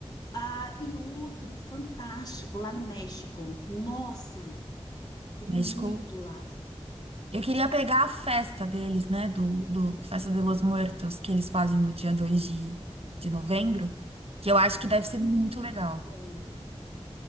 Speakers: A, on the left (about 35°); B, on the right (about 60°).
A: Ah, e outro fantástico lá no México. Nossa, queria
B: México.
A: ir muito lá.
B: Eu queria pegar a festa deles, né? Do, do Festa de los Muertos, que eles fazem no dia 2 de, de novembro, que eu acho que deve ser
A: Muito
B: muito legal.
A: bom.